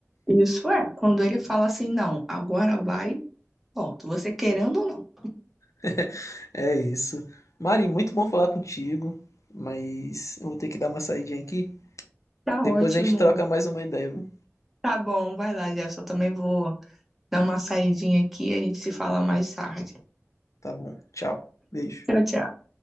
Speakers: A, in the centre; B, on the left (about 75°).
A: isso é. Quando ele fala assim, não, agora vai, pronto, você querendo ou não.
B: <laughs> É isso. Mari, muito bom falar contigo, mas eu vou ter que dar uma saidinha aqui.
A: Tá
B: Depois
A: ótimo.
B: a gente troca mais uma ideia, viu?
A: Tá bom, vai lá, Jefferson. Eu também vou dar uma saidinha aqui e a gente se fala mais tarde.
B: Tá bom. Tchau. Beijo.
A: Tchau, tchau.